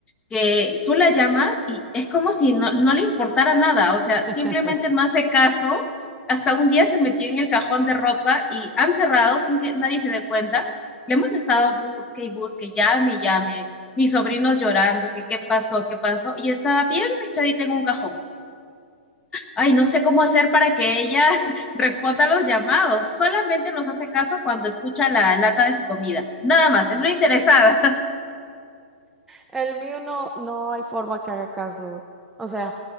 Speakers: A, on the left; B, in the centre.
A: que tú la llamas y es como si no, no le importara nada, o sea,
B: <laughs>
A: simplemente no hace caso. Hasta un día se metió en el cajón de ropa y han cerrado sin que nadie se dé cuenta le hemos estado busque y busque, llame y llame, mis sobrinos llorando, que qué pasó, qué pasó, y está bien echadita en un cajón. Ay, no sé cómo hacer para que ella <laughs> responda a los llamados. Solamente nos hace caso cuando escucha la lata de su comida. Nada más, es una interesada.
B: El mío no, no hay forma que haga caso. O sea,